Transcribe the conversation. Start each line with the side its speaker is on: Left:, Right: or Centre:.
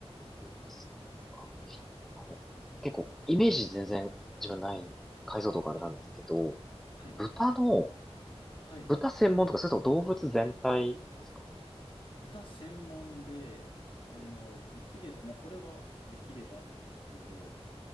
Centre: いいですか。あの、結構、イメージ全然自分ない、解像度があれなんですけど、
Left: はい。はい。
Centre: 豚の、
Left: はい。
Centre: 豚専門とか、それとも動物全体ですか
Left: 豚専門で、あの、
Centre: ええ
Left: できれば、もうこれはできればなんですけど、